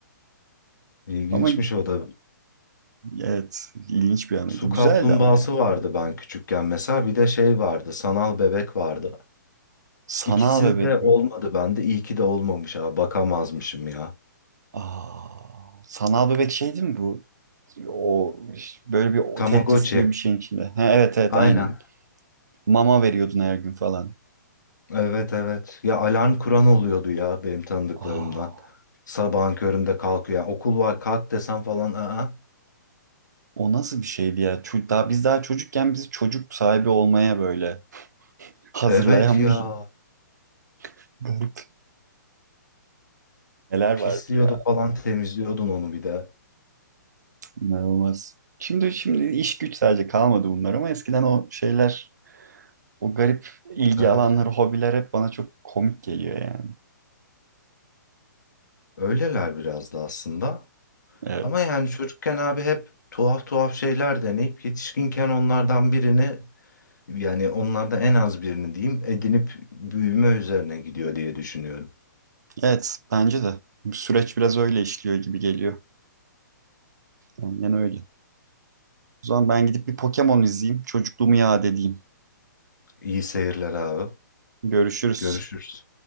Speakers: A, on the left; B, on the right.
A: İlginçmiş
B: Ama
A: o da.
B: evet ilginç bir anıydı.
A: Su
B: Güzeldi
A: kaplumbağası
B: ama ya.
A: vardı ben küçükken mesela. Bir de şey vardı. Sanal bebek vardı.
B: Sanal
A: İkisi
B: bebek
A: de olmadı
B: mi?
A: bende. İyi ki de olmamış ha. Bakamazmışım ya.
B: Aa, sanal bebek şey değil mi bu? O böyle bir o
A: Tamagotchi.
B: Tetris gibi bir şeyin içinde. Ha, evet evet
A: Aynen.
B: aynen. Mama veriyordun her gün falan.
A: Evet evet. Ya alarm kuran oluyordu ya benim tanıdıklarımdan.
B: Aa,
A: Sabahın köründe kalkıyor. Yani okul var kalk desem falan. Aa.
B: o nasıl bir şeydi ya? Ço- daha, biz daha çocukken bizi çocuk sahibi olmaya böyle hazırlayan
A: Evet ya.
B: bir <laughs> garip neler
A: Pisliyordu
B: vardı ya.
A: falan temizliyordun onu bir de.
B: İnanılmaz. Şimdi şimdi iş güç sadece kalmadı bunlar ama eskiden o şeyler, o garip ilgi
A: Evet.
B: alanları, hobiler hep bana çok komik geliyor yani.
A: Öyleler biraz da aslında.
B: Evet.
A: Ama yani çocukken abi hep tuhaf tuhaf şeyler deneyip yetişkinken onlardan birini yani onlardan en az birini diyeyim edinip büyüme üzerine gidiyor diye düşünüyorum.
B: Evet, bence de. Bu süreç biraz öyle işliyor gibi geliyor. Aynen öyle. O zaman ben gidip bir Pokemon izleyeyim. Çocukluğumu yad edeyim.
A: İyi seyirler abi.
B: Görüşürüz.
A: Görüşürüz.